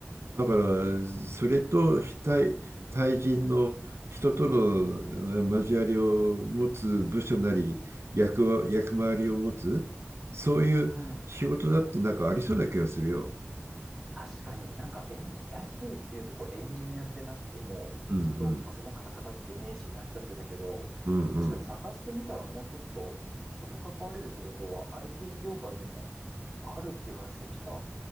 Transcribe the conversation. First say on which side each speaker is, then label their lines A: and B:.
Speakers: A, on the right; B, in the centre.
A: だから、それと非対、対人の人とのえー交わりを持つ部署なり、
B: うんうん。
A: 役は役回りを持つ、そういう仕事だってなんかありそうな気がするよ。
B: うん。確かになんかエンジ、IT っていうとこうエンジニアってなってもうずっとパソコンカタカタってイメージになっちゃってたけど、
A: うんうん。うんうん。
B: 確かに探してみたらもうちょっと人と関われる仕事は IT 業界でもある気がしてきた。